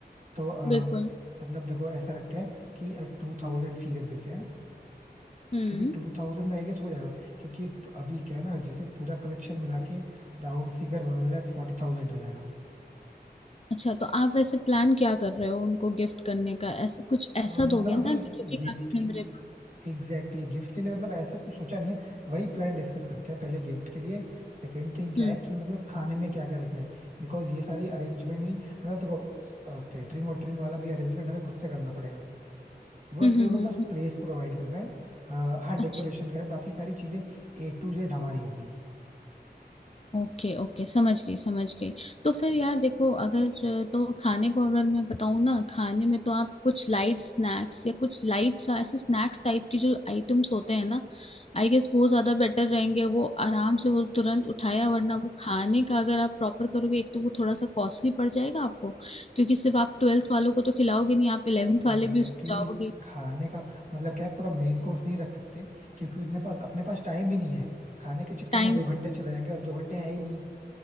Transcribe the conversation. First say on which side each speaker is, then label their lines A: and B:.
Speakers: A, on the right (about 50°); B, on the left (about 40°).
A: तो अ,
B: बिल्कुल
A: मतलब देखो ऐसा रखते हैं कि टू थाउजेंड फी रख देते हैं
B: हम्म
A: क्योंकि टू थाउजेंड में आई गेस हो जाएगा क्योंकि ट- अभी क्या है ना जैसे पूरा कलेक्शन मिला के round figure one lakh forty thousand हो जाएगा
B: अच्छा तो आप ऐसे प्लान क्या कर रहे हो उनको गिफ्ट करने का ऐसा कुछ ऐसा
A: अ, मतलब
B: दोगे
A: अभी
B: ना कि जो कि
A: गिफ्ट
B: काफी मेमोरेबल
A: की एग्जैक्टली exactly. गिफ्ट के लिए मतलब ऐसे कुछ सोचा नहीं है वही प्लान डिस्कस करते हैं पहले गिफ्ट के लिए सेकंड थिंग क्या
B: हम्म
A: है कि मतलब खाने में क्या क्या रखना है बिकॉज ये सारी अरेंजमेंट नहीं मतलब देखो कैटरिंग वोटरिंग वाला भी अरेंजमेंट हमें खुद से करना पड़ेगा वो है
B: हम्म
A: कि
B: हम्म
A: वो लोग
B: हम्म, हम्म।
A: बस
B: हम्म,
A: प्लेस प्रोवाइड कर रहे हैं अ, हाँ
B: अच्छा
A: डेकोरेशन का है बाकी सारी चीजें ए टू जेड हमारी होंगी
B: ओके ओके समझ गई समझ गई तो फिर यार देखो अगर तो खाने को अगर मैं बताऊँ ना खाने में तो आप कुछ लाइट स्नैक्स या कुछ लाइट सा ऐसे स्नैक्स टाइप की जो आइटम्स होते हैं ना आई गेस वो ज्यादा बेटर रहेंगे वो आराम से वो तुरंत उठाया वरना वो खाने का अगर आप प्रॉपर करोगे एक तो वो थोड़ा सा कॉस्टली पड़ जाएगा आपको क्योंकि सिर्फ आप ट्वेल्थ वालों को तो खिलाओगे नहीं आप इलेवेंथ
A: नहीं
B: वाले
A: एग्जैक्टली
B: भी उसको जाओगे
A: exactly खाने का मतलब क्या है पूरा मेन कोर्स नहीं रख सकते क्योंकि इतने पास अपने पास टाइम भी नहीं है खाने के चक्कर
B: टाइम
A: में दो घंटे चले जाएंगे और दो घंटे है ही नहीं